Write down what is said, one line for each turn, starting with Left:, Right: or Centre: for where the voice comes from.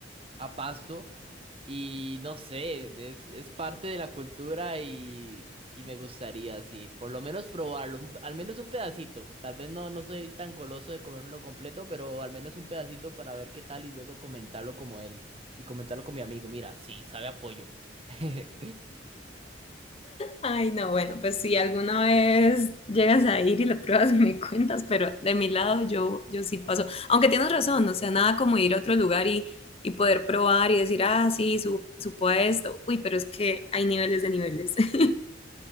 Right: a Pasto. Y no sé, es, es parte de la cultura y, y me gustaría, sí, por lo menos probarlo, un- al menos un pedacito. Tal vez no, no soy tan goloso de comérmelo completo, pero al menos un pedacito para ver qué tal y luego comentarlo como él y comentarlo con mi amigo. Mira, sí, sabe apoyo. <laughs>
Left: Ay, no, bueno, pues si alguna vez llegas a ir y la pruebas, <laughs> me cuentas, pero de mi lado yo, yo sí paso. Aunque tienes razón, o sea, nada como ir a otro lugar y, y poder probar y decir, ah, sí, su, supo a esto. Uy, pero es que hay niveles de niveles. <laughs>